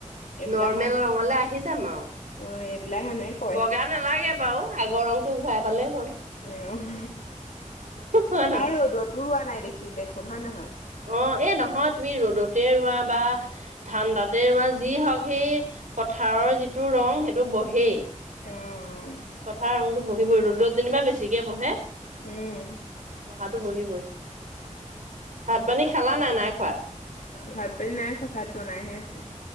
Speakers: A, on the left; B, on the right.
A: এইবিলাক
B: নৰ্মেল
A: মানুহ
B: ৰ'ঙলে আহি যাম আৰু।
A: অ' এইবিলাক মানুহে ক
B: বগা নালাগে বাৰু, আগৰ ৰংটো ঘূৰাই পালেই হ'ল।
A: উম,
B: হয় নহয়
A: আৰু ৰ'দতো ৰোৱা নাই দেখি দেখোন, হয় নে নহয়?
B: অ', এ নহয়, তুমি ৰ'দতে ৰুৱা বা ঠাণ্ডাতে ৰুৱা যিহওঁক, সেই পথাৰৰ যিটো ৰং সেইটো বহেই।
A: অ',
B: পথাৰৰ ৰংটো বহিবই, ৰ'দত যেনিবা বেছিকে বহে।
A: উম।
B: বহাটো বহিবই। ভাত- পানী খালা নাই, নাই খোৱা?
A: ভাত- পানী নাই খোৱা। ভাত বনাইহে আছে।